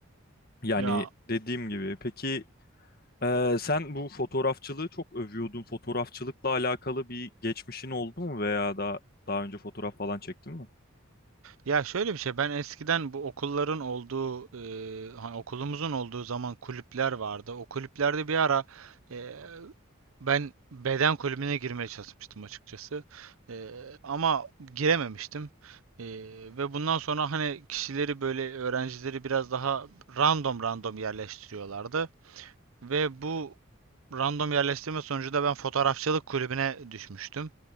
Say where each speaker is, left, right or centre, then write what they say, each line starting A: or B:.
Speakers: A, on the left; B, on the right.
A: yani
B: Ya
A: dediğim gibi peki e, sen bu fotoğrafçılığı çok övüyordun. Fotoğrafçılıkla alakalı bir geçmişin oldu mu veya daha daha önce fotoğraf falan çektin mi?
B: Ya şöyle bir şey ben eskiden bu okulların olduğu e, hani okulumuzun olduğu zaman kulüpler vardı. O kulüplerde bir ara e, ben beden kulübüne girmeye çalışmıştım açıkçası. E, ama girememiştim. E, ve bundan sonra hani kişileri böyle öğrencileri biraz daha random random yerleştiriyorlardı. Ve bu random yerleştirme sonucu da ben fotoğrafçılık kulübüne düşmüştüm.